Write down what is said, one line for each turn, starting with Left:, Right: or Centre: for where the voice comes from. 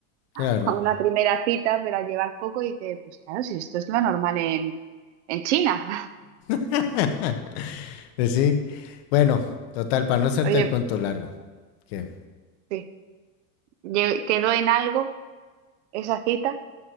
Right: <laughs>
Left: Claro.
Right: a una primera cita, pero al llevar poco dice, pues claro, si esto es lo normal en, en China.
Left: <laughs> sí. Bueno, total, para no hacerte
Right: <laughs> Oye,
Left: el cuento
Right: pues
Left: largo. Que,
Right: sí, Lle- quedó en algo esa cita